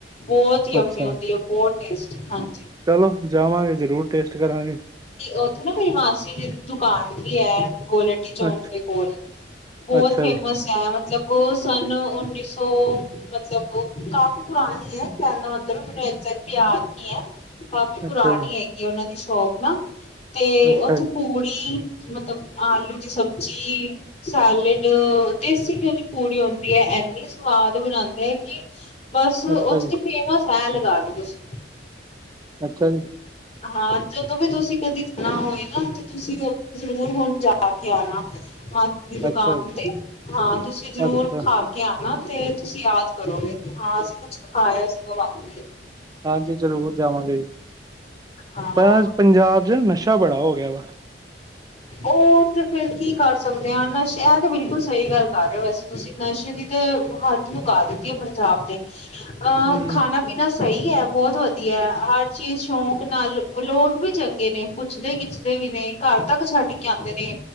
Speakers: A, on the left; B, on the right.
A: ਬਹੁਤ ਹੀ ਜਮੀ
B: ਅੱਛਾ
A: ਹੁੰਦੀ ਹੈ, ਬਹੁਤ ਟੇਸਟੀ ਹਾਂਜੀ।
B: ਚਲੋ ਜਾਵਾਂਗੇ, ਜਰੂਰ ਟੇਸਟ ਕਰਾਂਗੇ।
A: ਉੱਥੇ ਨਾ ਕੋਈ ਮਾਸੀ ਜੀ ਦੀ ਦੁਕਾਨ ਵੀ ਹੈ। ਗੋਲ ਹੱਟੀ ਚੌਂਕ
B: ਅੱਛਾ
A: ਦੇ ਕੋਲ ਬਹੁਤ
B: ਅੱਛਾ
A: ਫੇਮਸ
B: ਜੀ
A: ਹੈ, ਮਤਲਬ ਉਹ ਸਨ ਉੱਨੀ ਸੌ ਮਤਲਬ ਕਾਫੀ ਪੁਰਾਣੀ ਹੈ, ਕਹਿਣ ਦਾ ਮਤਲਬ ਮੈਨੂੰ ਇ ਪਿਆਰ ਨੀ ਹੈ। ਕਾਫ਼ੀ ਪੁਰਾਣੀ
B: ਅੱਛਾ ਜੀ
A: ਹੈਗੀ ਆ, ਉਹਨਾਂ ਦੀ ਸ਼ੋਪ ਨਾ ਤੇ
B: ਅੱਛਾ
A: ਉੱਥੇ
B: ਜੀ
A: ਪੂੜੀ ਮਤਲਬ ਆਲੂ ਦੀ ਸਬਜ਼ੀ ਸੈਲਡ ਦੇਸੀ ਘਿਓ ਦੀ ਪੂੜੀ ਹੁੰਦੀ ਹੈ। ਇੰਨੀ ਸਵਾਦ ਬਣਾਦੇ ਆ ਕਿ ਬਸ ਉਥੇ
B: ਅੱਛਾ ਜੀ
A: ਚ ਫੇਮਸ ਹੈ, ਲਗਾ ਲਓ ਤੁਸੀਂ।
B: ਅੱਛਾ ਜੀ।
A: ਹਾਂ। ਜਦੋਂ ਵੀ ਤੁਸੀਂ ਕਦੇ ਜਾਣਾ ਹੋਏ, ਨਾ ਤੇ ਤੁਸੀਂ ਜ਼ਰੂਰ ਹੁਣ ਜਾ ਕੇ ਆਣਾ ਦੀ ਦੁਕਾਨ
B: ਅੱਛਾ ਜੀ
A: ਤੇ ਹਾਂ ਤੁਸੀਂ ਜ਼ਰੂਰ
B: ਅੱਛਾ
A: ਖਾ ਕੇ ਆਣਾ। ਤੇ ਤੁਸੀਂ ਯਾਦ ਕਰੋਗੇ, ਕਿ ਹਾਂ ਅਸੀਂ ਕੁਛ ਖਾਇਆ ਸੀਗਾ ਵਾਕੇ।
B: ਹਾਂਜੀ ਜ਼ਰੂਰ ਜਾਵਾਂਗੇ, ਜੀ
A: ਹਾਂ
B: ਪਰ ਪੰਜਾਬ। ਨਸ਼ਾ ਬੜਾ ਹੋ ਗਿਆ ਵਾ।
A: ਉਹ ਤੇ ਫਿਰ ਕੀ ਕਰ ਸਕਦੇ ਹਾਂ ਨਸ਼ੇ ਇਹ ਤੇ ਬਿਲਕੁਲ ਸਹੀ ਗੱਲ ਕਰ ਰਹੇ ਵੈਸੇ ਤੁਸੀਂ ਨਸ਼ੇ ਦੀ ਤੇ ਹੱਦ ਮੁਕਾ ਦਿੱਤੀ ਐ ਪੰਜਾਬ ਨੇ ਅਹ
B: ਹੂੰ
A: ਖਾਣਾ-ਪੀਣਾ, ਸਹੀ ਹੈ ਬਹੁਤ ਵਧੀਆ ਹੈ, ਹਰ ਚੀਜ਼ ਸ਼ੌਂਕ ਨਾਲ ਲੋਕ ਵੀ ਚੰਗੇ ਨੇ ਪੁੱਛਦੇ ਖਿੱਚਦੇ ਵੀ ਨੇ ਘਰ ਤੱਕ ਛੱਡ ਕੇ ਆਦੇ ਨੇ